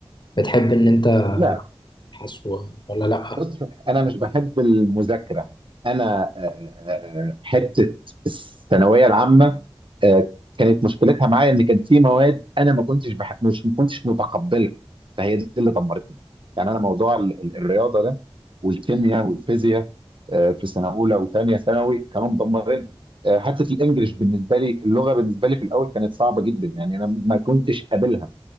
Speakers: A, on the left (about 55°); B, on the right (about 65°).
A: بتحب ان انت
B: لا
A: تبحث و- ولا لا
B: بص انا مش بحب المذاكره انا آه، آه، آه، حته الثانويه العامه آه، كانت مشكلتها معايا ان كان في مواد انا ما كنتش بحب مش ما كنتش متقبلها فهي دي اللي دمرتني يعني انا موضوع ال- ال- الرياضه ده والكيمياء والفيزياء آه، في سنه اولى وثانيه ثانوي كانوا مدمرين آه، حته الانجليش بالنسبه لي اللغه بالنسبه لي في الاول كانت صعبه جدا يعني انا ما كنتش قابلها